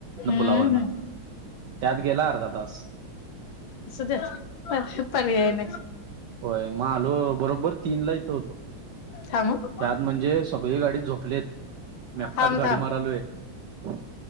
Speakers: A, on the left (about 70°); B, on the right (about 65°).
A: हम्म
B: पुलावरन
A: हम्म
B: त्यात गेला अर्धा तास.
A: असूद्यात पर्याय नाय.
B: होय म आलो बरोबर तीनला इथं होतो.
A: थांब हं
B: त्यात म्हणजे सगळी गाडीत झोपलेत मी एकटाच
A: थांब
B: गाडी
A: थांब
B: मारालोय. <inaudible>